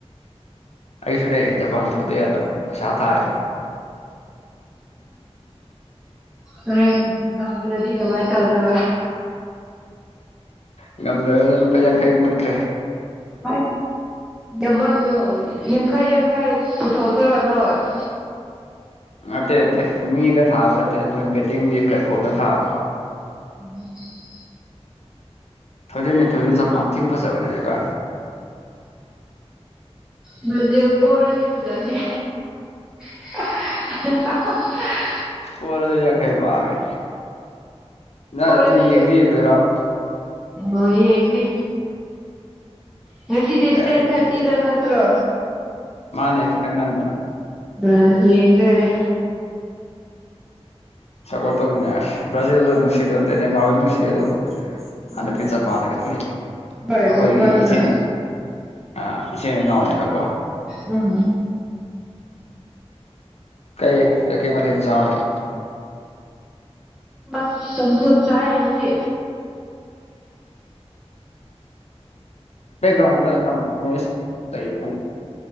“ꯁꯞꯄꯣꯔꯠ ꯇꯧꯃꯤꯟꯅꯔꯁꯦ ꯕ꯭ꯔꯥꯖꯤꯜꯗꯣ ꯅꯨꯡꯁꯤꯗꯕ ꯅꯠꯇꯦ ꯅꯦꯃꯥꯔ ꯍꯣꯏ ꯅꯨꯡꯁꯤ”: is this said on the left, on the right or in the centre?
Left